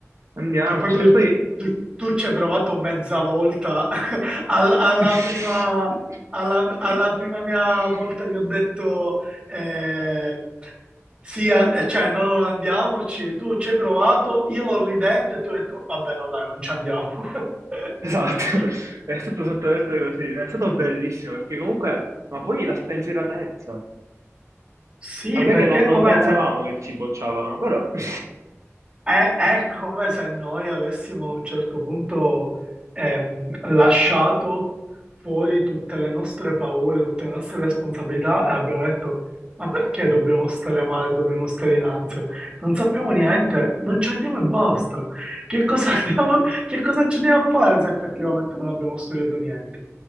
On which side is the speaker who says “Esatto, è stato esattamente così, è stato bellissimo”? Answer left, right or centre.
Right